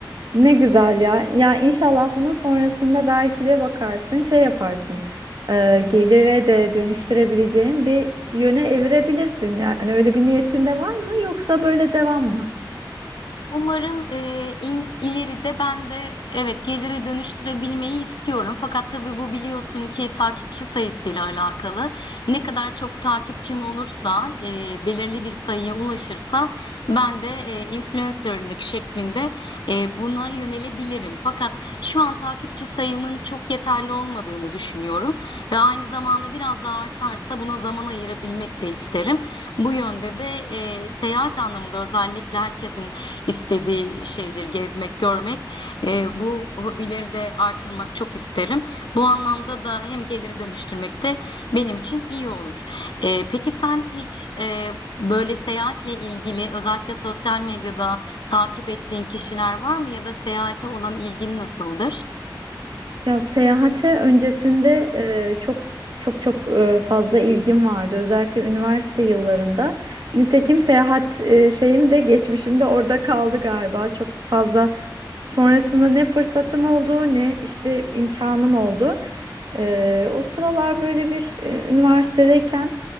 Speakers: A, on the right (about 65°); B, on the left (about 70°).
A: Ne güzel ya. Ya inşallah bunun sonrasında belki de bakarsın, şey yaparsın. e, gelire de dönüştürebileceğin bir yöne evirebilirsin yani. Öyle bir niyetin de var mı yoksa böyle devam mı?
B: Umarım e, in- ileride ben de evet gelire dönüştürebilmeyi istiyorum. Fakat tabii bu biliyorsun ki takipçi sayısıyla alakalı. Ne kadar çok takipçim olursa, e, belirli bir sayıya ulaşırsa ben de e, influencerlık şeklinde e, buna yönelebilirim. Fakat şu an takipçi sayımın çok yeterli olmadığını düşünüyorum ve aynı zamanda biraz daha artarsa buna zaman ayırabilmek de isterim. Bu yönde de e, seyahat anlamında özellikle herkesin istediği şeydir gezmek, görmek. E, bu hobileri de artırmak çok isterim. Bu anlamda da hem geliri dönüştürmek de benim için iyi olur. E, peki sen hiç e, böyle seyahatle ilgili özellikle sosyal medyada takip ettiğin kişiler var mı ya da seyahate olan ilgin nasıldır?
A: Ya seyahate öncesinde e, çok çok çok e, fazla ilgim vardı. Özellikle üniversite yıllarında. Nitekim seyahat e, şeyim de geçmişim de orada kaldı galiba. Çok fazla Sonrasında ne fırsatım oldu ne işte imkanım oldu. Ee, o sıralar böyle bir e, üniversitedeyken